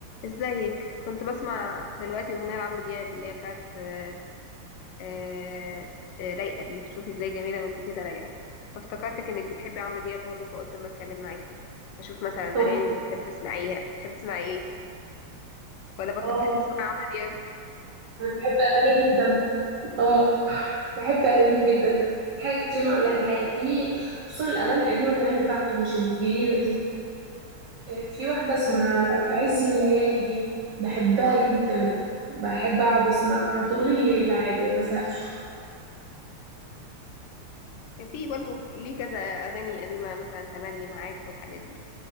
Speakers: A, on the left; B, on the right.
A: ازيك كنت بسمع دلوقتي اغنيه لعمرو دياب اللي هي بتاعت آه، آه، آه، رايقه دي شوفي ازاي جميله وانت كده رايقه فافتكرتك انك بتحبي عمرو دياب برضه فقلت اما اتكلم معاكي اشوف مثلا الاغاني
B: اه
A: اللي بتحبي تسمعيها بتحبي تسمعي ايه ولا بطلت
B: آه.
A: تسمعي عمرو دياب
B: انا بحب اغانيه جدا اه بحب اغانيه جدا في حاجات كتير معلقه معايا في خصوصا الاغاني القديمه كمان بتاعته مش الجديده دي آه، في واحده اسمها في عز الليالي دي بحبها
A: اه
B: جدا بحب اقعد اسمعها طول الليل عادي ما بزهقش
A: كان في برضه ليه كذا اغاني قديمه مثلا تملي معاك والحاجات دي